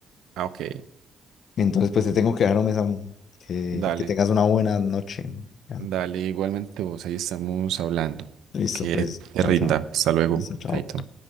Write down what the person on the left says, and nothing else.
Entonces, pues te tengo que dejar, hombre, Samu. Que,
que tengas una buena noche. Ya.
Listo,
pues,
chao,
chao.
Listo, chao.